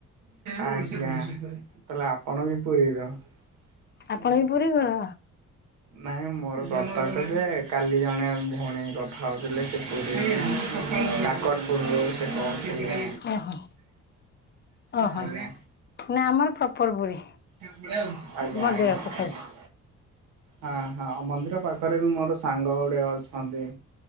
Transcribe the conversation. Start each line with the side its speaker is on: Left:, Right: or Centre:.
Right: ଆଜ୍ଞା ତାହେଲେ ଆପଣ ବି ପୁରୀର? ଆଜ୍ଞା।
Left: ଆପଣ ବି ପୁରୀ ଘର?
Right: ନାଇଁ ମୋର କଟକ ଯେ କାଲି ଜଣେ ଭଉଣୀ କଥା ହଉଥିଲେ ସେ ପୁରୀରୁ କାକଟ ପୁରରୁ ସେ କହୁଥିଲେ।
Left: ଓହୋ ଓହୋ
Right: ଆଜ୍ଞା।
Left: ନା ଆମର ପ୍ରପର ପୁରୀ
Right: ଆଜ୍ଞା
Left: ମନ୍ଦିର
Right: ଆଜ୍ଞା।
Left: ପାଖରେ।
Right: ହଁ ହଁ ମନ୍ଦିର ପାଖରେ ବି ମୋର ସାଙ୍ଗ ଗୁଡେ ଅଛନ୍ତି।